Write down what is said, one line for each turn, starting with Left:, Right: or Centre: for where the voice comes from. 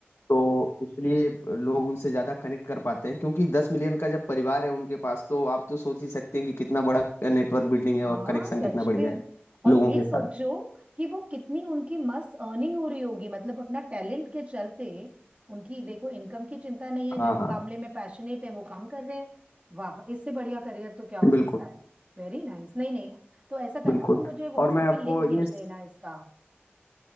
Left: तो इसलिए लोग उनसे ज्यादा कनेक्ट कर पाते हैं क्योंकि दस मिलियन का जब परिवार है उनके पास तो आप तो सोच ही सकते हैं कि कितना बड़ा नेटवर्क बिल्डिंग है
Right: हाँ
Left: और कनेक्शन
Right: सच
Left: कितना बढ़िया
Right: में
Left: है
Right: और
Left: लोगों
Right: ये
Left: के साथ
Right: सोचो कि वो कितनी उनकी मस्त अर्निंग हो रही होगी मतलब अपना टैलेंट के चलते उनकी देखो इनकम की चिंता नहीं है
Left: हाँ
Right: जिस
Left: हाँ
Right: मामले में पैशनेट है वो काम कर रहे हैं वाह इससे बढ़िया करियर तो क्या हो
Left: बिल्कुल
Right: सकता है Very nice nice. नहीं नहीं तो ऐसा करना
Left: बिल्कुल
Right: तो मुझे व्हाट्सएप
Left: और मैं आपको
Right: पे लिंक
Left: ये
Right: भेज देना इसका